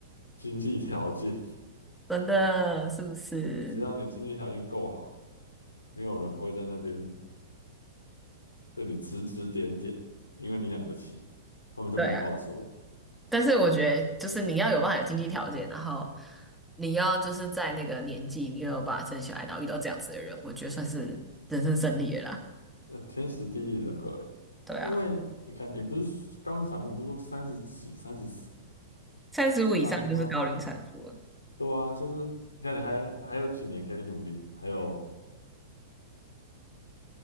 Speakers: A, on the left; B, in the centre.
A: 经济条件。<laughs>
B: 真的是不是？
A: 只要你经济条件够好，没有人会在那边对你指指点点，因为你养得起，他们就没话说。
B: 对啊，但是我觉得就是你要有办法有经济条件，然后你要就是在那个年纪，你又有办法生小孩，然后遇到这样子的人，我觉得算是人生胜利了啦。
A: 呃，天时地利人和，欸，
B: 对啊，
A: 因为你看，你不是高龄产妇，不是说三十几、三十
B: 三十五以上就是高龄产妇了。
A: 三吗？对啊，就是你看你还还有几年可以努力，还有